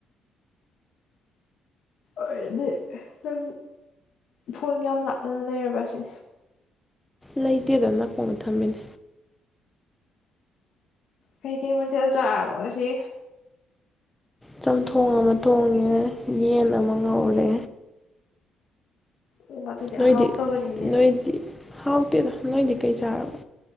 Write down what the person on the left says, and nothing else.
ꯑꯦꯅꯤ ꯐ ꯐꯣꯟꯒ ꯌꯥꯝ ꯂꯥꯞꯅꯅ ꯂꯩꯔꯕ ꯑꯁꯤ
ꯀꯩ ꯀꯩ ꯃꯊꯦꯜ ꯆꯥꯔꯕ ꯑꯁꯤ
ꯑꯣ ꯑꯗꯨꯗꯤ
ꯑꯍꯥꯎꯇꯕꯅꯤꯅꯦ